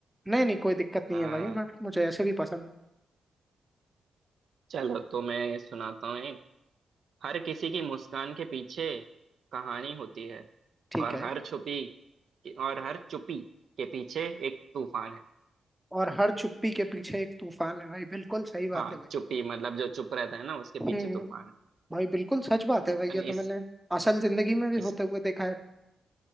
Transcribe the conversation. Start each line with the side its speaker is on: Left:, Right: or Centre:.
Centre: नहीं नहीं कोई दिक्कत
Right: आ,
Centre: नहीं है भाई मैं मुझे ऐसे भी पसंद है।
Right: चलो तो मैं सुनाता हूँ एक हर किसी की मुस्कान के पीछे कहानी होती है
Centre: ठीक
Right: और
Centre: है
Right: हर छुपी और हर चुपी के पीछे एक तूफान है
Centre: और हर चुप्पी के पीछे एक तूफान है भाई बिल्कुल सही बात
Right: हाँ
Centre: है भाई
Right: चुप्पी मतलब जो चुप रहता है ना उसके
Centre: हम्म
Right: पीछे
Centre: हम्म,
Right: तूफान है
Centre: भाई बिल्कुल सच बात है भाई
Right: अरे
Centre: ये तो
Right: इस
Centre: मैंने असल जिंदगी में भी
Right: इस
Centre: होते हुए देखा है